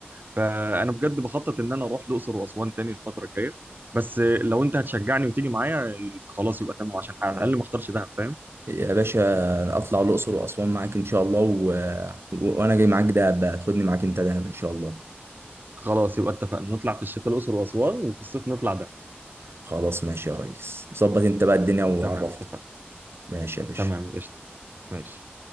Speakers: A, on the right; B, on the right.
A: فانا بجد بخطط ان انا اروح الاقصر واسوان تاني الفتره الجايه بس لو انت هتشجعني وتيجي معايا خلاص يبقى تمام عشان على الاقل ما اختارش دهب فاهم
B: يا باشا اطلع الاقصر واسوان معاك ان شاء الله و... و... وانا جاي معاك دهب بقى خدني معاك انت دهب ان شاء الله
A: خلاص يبقى اتفقنا نطلع في الشتاء الاقصر واسوان وفي الصيف نطلع دهب
B: خلاص ماشي يا ريس ظبط انت بقى الدنيا وعرفني
A: تمام اتفق
B: ماشي يا باشا
A: تمام قشطة ماشي